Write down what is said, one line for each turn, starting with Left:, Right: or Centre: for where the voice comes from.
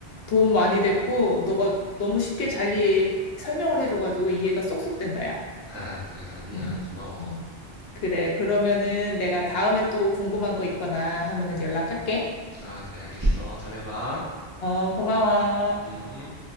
Left: 도움 많이 됐고 너가 너무 쉽게 잘 이해 설명을 해줘가지고 이해가 쏙쏙 된다야.
Right: 아, 그래, 아니야.
Left: <laughs> 음.
Right: 고마워.
Left: 음. 그래 그러면은 내가 다음에 또 궁금한 거 있거나 하면은 연락할게.
Right: 아, 그래, 알겠어. 다음에 봐.
Left: 어, 어 고마워.
Right: 음.